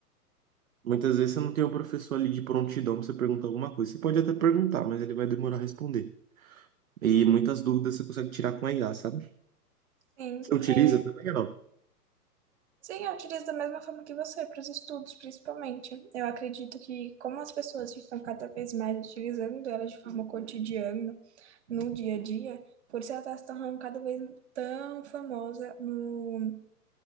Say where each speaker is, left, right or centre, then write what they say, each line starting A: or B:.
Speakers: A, on the right (about 60°); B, on the right (about 45°).
A: muitas vezes você não tem o professor ali de prontidão para você perguntar alguma coisa. Você pode até perguntar, mas ele vai demorar a responder. E muitas dúvidas você consegue tirar com a IA, sabe?
B: sim.
A: Você utiliza
B: É,
A: também ou
B: sim, eu utilizo da mesma forma que você, para os estudos, principalmente. Eu acredito que, como as pessoas estão cada vez mais utilizando ela de forma cotidiana, no dia a dia, por isso ela está se tornando cada vez tão famosa no